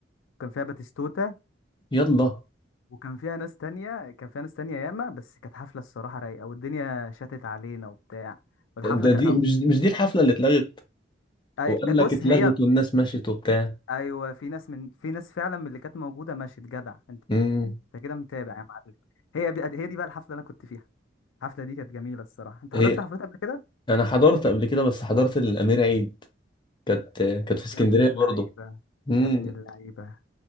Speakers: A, on the left; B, on the left.
A: وكان فيها باتيستوتا
B: يلا
A: وكان فيها ناس تانية كان فيها ناس تانية ياما بس كانت حفلة الصراحة رايقة والدنيا شتت علينا وبتاع والحفلة
B: ده
A: كانت
B: دي مش مش دي الحفله اللي اتلغت
A: أي-
B: وقال
A: بص
B: لك اتلغت
A: هي
B: والناس مشيت وبتاع
A: أيوة في ناس من في ناس فعلا من اللي كانت موجودة مشيت جدع أنت
B: مم.
A: أنت كده متابع يا معلم هي بي... هي دي بقى الحفلة اللي أنا كنت فيها الحفلة دي كانت جميلة الصراحة أنت
B: هي
A: حضرت حفلات قبل كده؟
B: انا حضرت قبل كده بس حضرت الامير عيد كانت كانت في اسكندريه
A: يا ابن اللعيبة
B: برضه مم.
A: يا ابن اللعيبة